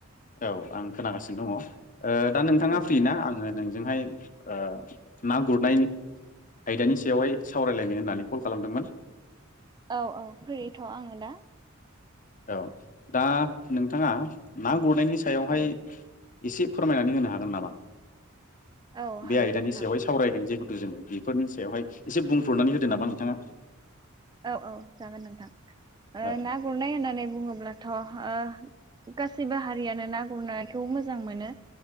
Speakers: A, on the left; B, on the right.
A: औ आं खोनागासिनो दङ ओ दा नोंथाङा
B: औ
A: फ्रि ना आङो नों जोंहाय ओ ना गुरनाय आयदानि सायावहाय सावरायलायनो होननानै कल खालामदोंमोन
B: औ-औ फ्रिथ' आङो दा
A: औ दा नोंथाङा ना गुरनायनि सायावहाय
B: औ
A: एसे फोरमायनानै होनो हागोन नामा
B: औ हागोन
A: बे आयदानि
B: नोंथां
A: सायावहाय सावरायगोन जेखु नु जोंङो बेफोरनि सायावहाय एसे बुंफुरनानै होदो नामा नोंथाङा
B: औ-औ जागोन नोंथां ओ
A: औ
B: ना गुरनाय होननानै बुङोब्लाथ' ओ गासिबो हारियानो ना गुरनायखौ मोजां मोनो